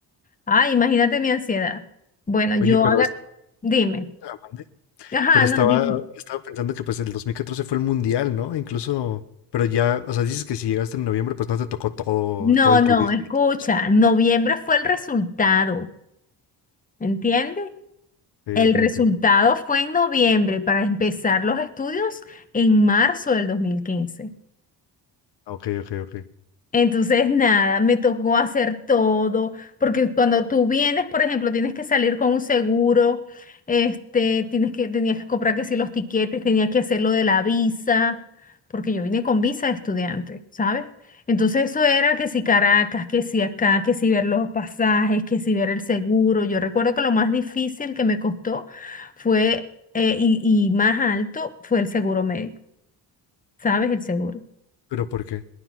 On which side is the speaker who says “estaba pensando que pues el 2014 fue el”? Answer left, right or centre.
Left